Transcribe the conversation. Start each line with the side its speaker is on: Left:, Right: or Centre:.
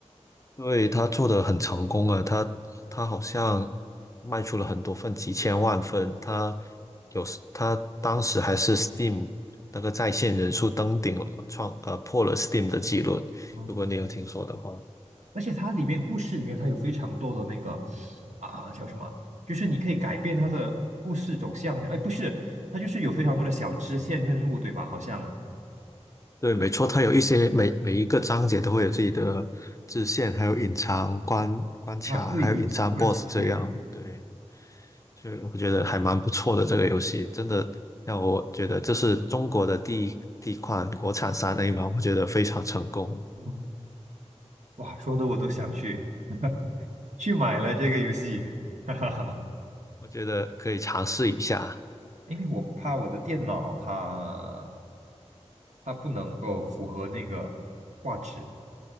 Left: 对，他做的很成功啊，他他好像卖出了很多份，几千万份。他有时他当时还是 Steam 那个在线人数登顶了，创呃破了 Steam 的记录。
Right: 嗯
Left: 如果你有听说的话，
Right: 而且它里面故事里面它有非常多的那个啊叫什么，就是你可以改变它的故事走向。哎，不是，它就是有非常多的小支线任务，对吧？好像
Left: 对，没错，他有一些每每一个章节都会有自己的支线，还有隐藏关关卡，
Right: 啊，对，
Left: 还有隐藏
Right: 隐藏关卡，
Left: BOSS 这样。
Right: 对对，
Left: 对，所以我觉得还蛮不错的这个游戏，真的让我觉得这是中国的第一第一款国产三 A 嘛，我觉得非常成功，
Right: 嗯哇，说的我都想去去买了这个游戏，<laughs> 哈哈哈，
Left: 我觉得可以尝试一下。
Right: 因为我怕我的电脑它它不能够符合那个画质